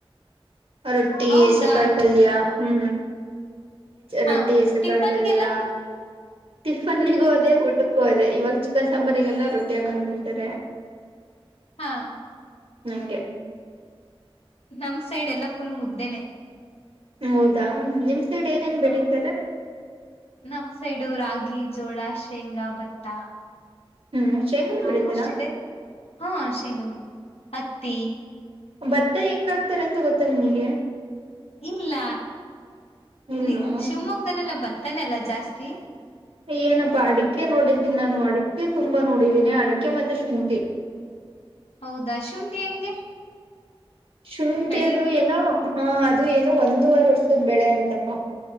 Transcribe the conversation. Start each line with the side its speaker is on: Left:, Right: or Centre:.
Right: ರೊಟ್ಟಿ
Left: ಹೌದಾ
Right: ಹೆಸರುಕಾಳು ಪಲ್ಯ ಹ್ಮ್
Left: ಹಾ
Right: ರೊಟ್ಟಿ ಹೆಸ್ರು
Left: ಟಿಫನ್ಗೆಲ್ಲ
Right: ಕಾಳ್ ಪಲ್ಯ ಟಿಫನ್ ಗುಹು ಅದೇ ಊಟಕ್ಕೂ ಅದೆ ಇವಾಗ ಚಿಕನ್ ಸಾಂಬಾರಿಗೆಲ್ಲ ರೊಟ್ಟಿ ಹಾಕೊಂಡು ತಿಂತಾರೆ
Left: ಹಾ <inaudible>
Right: ನಿಂಗೆ <unintelligible>
Left: ನಮ್ ಸೈಡ್ ಎಲ್ಲಾ ಫುಲ್ ಮುದ್ದೆನೆ
Right: ಹೌದಾ ನಿಮ್ ಸೈಡ್ ಏನೇನ್
Left: ಹಾ
Right: ಬೆಳಿತಾರೆ
Left: ನಮ್ ಸೈಡು ರಾಜ ಗಿಜೋಳ ಶೇಂಗಾ ಭತ್ತ
Right: ಹ್ಮ್ ಶೇಂಗಾನ ಬೆಳಿತಾರ
Left: ಆಲ್ಮೋಸ್ಟ್ ಇದೆ ಹಾ ಶೇಂಗಾ ಬಿ ಹತ್ ತ
Right: ಭತ್ತೆ ಹೆಂಗ ಆ್ತಾರೆ ಅಂತ ಗೊತ್ತ ನಿಮಗೆ
Left: ಇಲ್ಲ
Right: ಇಲ್ವಾ
Left: ನೀ ಶಿವಮೊಗ್ಗದಲ್ಲೆಲ್ಲಾ ಬರ್ ತಾನಲ್ಲ ಜಾಸ್ತಿ
Right: ಏನಪ್ಪಾ ಅಡಿಕೆ ನೋಡಿದ್ದೀನಿ ನಾನು ಅಡಿಕೆ ತುಂಬಾ ನೋಡಿದ್ದೀನಿ ಅಡಿಕೆ ಮತ್ತೆ ಶುಂಠಿ
Left: ಹೌದ ಅ ಶುಂಠಿ ಹೆಂಗೆ
Right: ಶುಂಠಿಯದು
Left: ಬೆಳೆಯೋದು
Right: ಏನೋ ಹಾ ಅದು ಏನೋ ಒಂದೂವರೆ ವರ್ಷದ್ ಬೆಳೆ ಅಂತಪಾ